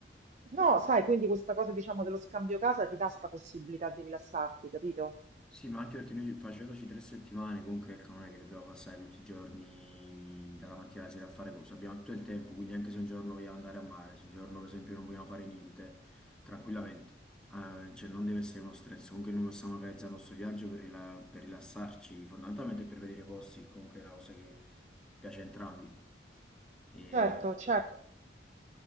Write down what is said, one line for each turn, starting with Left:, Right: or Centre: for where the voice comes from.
Right: no, sai, quindi questa cosa, diciamo, dello scambio casa ti dà questa possibilità di rilassarti, capito?
Centre: Sì, ma anche perché noi facendoci tre settimane, comunque ecco, non è che dobbiamo passare tutti i giorni dalla mattina alla sera a fare cose, abbiamo tutto il tempo, quindi anche se un giorno vogliamo andare a mare, se un giorno per esempio non vogliamo fare niente, tranquillamente, Eh, cioè non deve essere uno stress, comunque noi possiamo organizzare il nostro viaggio per, rila- per rilassarci, fondamentalmente per vedere posti, comunque è una cosa che piace a entrambi. E...
Right: Certo, certo.